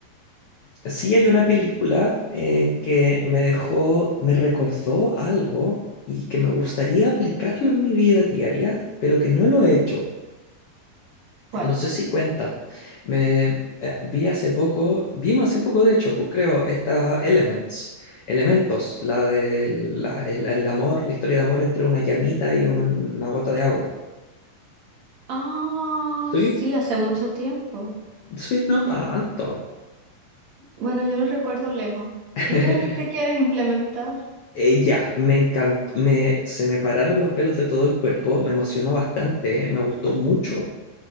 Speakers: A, on the left (about 80°); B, on the right (about 50°).
A: Sí, hay una película en que me dejó, me recordó algo y que me gustaría aplicarlo en mi vida diaria, pero que no lo he hecho.
B: ¿Cuál?
A: No sé si cuenta. Me eh, vi hace poco, vimos hace poco de hecho, pues creo, esta Elements, Elementos, la del la- el, el amor, la historia de amor entre una llamita y un- una gota de agua.
B: Ah,
A: Sí,
B: sí, hace mucho tiempo.
A: sí, no tanto.
B: Bueno, yo lo recuerdo lejos.
A: <laughs>
B: ¿Y qué, qué quieres implementar
A: Eh, ya, me encantó, me, se me pararon los pelos de todo el cuerpo, me emocionó bastante, me gustó mucho